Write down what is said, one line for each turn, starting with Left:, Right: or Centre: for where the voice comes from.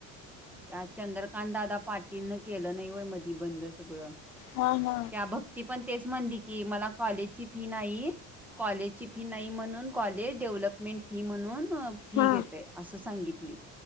Centre: त्या चंद्रकांतदादा पाटीलन केलं नाय व्हय मधी बंद सगळं
Left: हा हं
Centre: त्या भक्ती पण तेच म्हणली की मला कॉलेजची फी नाही. कॉलेजची फी नाही म्हणून कॉलेज डेव्हलप मेन्ट फी म्हणून फी
Left: हा हा
Centre: घेतय अस सांगितली.